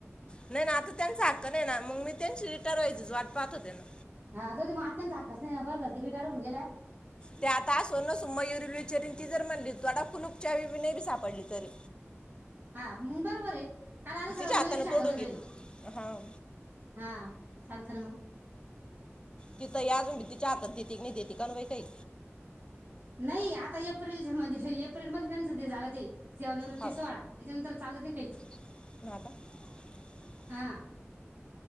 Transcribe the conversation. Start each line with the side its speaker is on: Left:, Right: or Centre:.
Left: नाही ना आता त्यांचा हक्क नाही ना मग मी त्यांची रिटायर व्हायचीच वाट पहात होते ना
Right: हा जाऊ दे म आत्यांच हक्का च नाई बर झालं ते रिटायर होऊन गेल्या
Left: ते आता असो नसो मयुर यील विचारीन ती जर म्हणली तोडा कूलूप चावी विनेरी सापडली तरी
Right: हा म बरोबर हे कारन आता सगळं
Left: तिच्या हाताने
Right: मयुरीच्या
Left: तोडून
Right: हातामधे राहिन
Left: घेईल हां
Right: हा चालत ना म
Left: तिथं ए अजुनबी तिच्या हातात देते की नही देती कानु बाई काही
Right: नाही आता एप्रिल म्हणजे एप्रिल मध्ये त्यांचं जे झालं ते. सेवानिवृत्ती
Left: हा
Right: सोहळा त्याच्यानंतर चालत नाही काहीच
Left: <unintelligible>
Right: हां